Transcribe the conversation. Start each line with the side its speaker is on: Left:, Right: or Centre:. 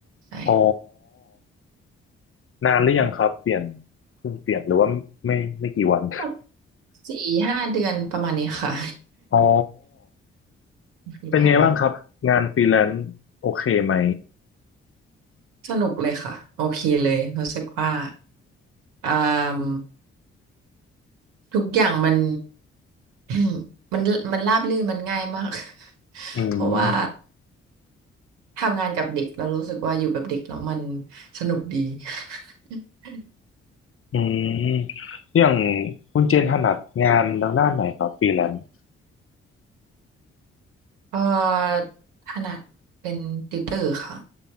Right: ใช่
Left: อ๋อนานหรือยังครับเปลี่ยนเพิ่งเปลี่ยนหรือว่าไม่ไม่กี่วัน
Right: แบบสี่ห้าเดือนประมาณนี้ค่ะ
Left: อ๋อ
Right: <laughs> ฟรีแลนซ์
Left: เป็นไงบ้างครับงานฟรีแลนซ์โอเคไหม
Right: สนุกเลยค่ะโอเคเลยรู้สึกว่าอ่ามทุกอย่างมัน <clears throat> มันมันราบรื่นมันง่ายมาก <laughs>
Left: อืม
Right: เพราะว่า ทำงานกับเด็กเรารู้สึกว่าอยู่กับเด็กแล้วมันสนุกดี <laughs>
Left: อืมอย่างคุณเจนถนัดงานทางด้านไหนครับฟรีแลนซ์
Right: เอ่อถนัดเป็นติวเตอร์ค่ะ